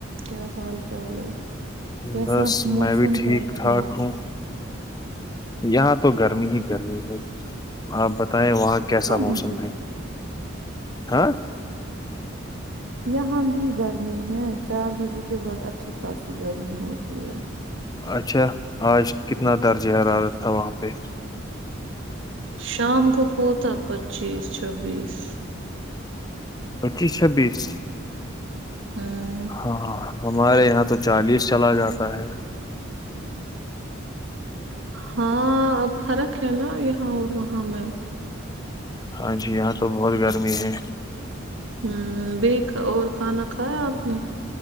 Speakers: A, on the right; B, on the left.
A: کیا حال چال ہے کیسا
B: بس
A: موسم
B: میں بھی ٹھیک
A: ہے وہاں
B: ٹھاک ہوں یہاں تو گرمی ہی گرمی ہے آپ ب بت ہے وہاں کیسا
A: یہاں بھی
B: موسم
A: گرمی
B: ہے ہاں
A: یہاں بھی گرمی ہے چار بجے کے بعد اچھی خاصی گرمی ہوتی ہے
B: اچھا آج کتنا درجہ حرارت تھا وہاں پہ
A: شام کو ہوتا پچیس چھبیس
B: پچیس چھبیس
A: ہوں
B: ہاں ہمارے یہاں تو چالیس چلا جاتا ہے
A: ہاں اب فرق ہے نا یہاں اور وہاں میں
B: ہاں جی یہاں تو بہت گرمی ہے
A: ہمم بھی اور کھانا کھایا آپ نے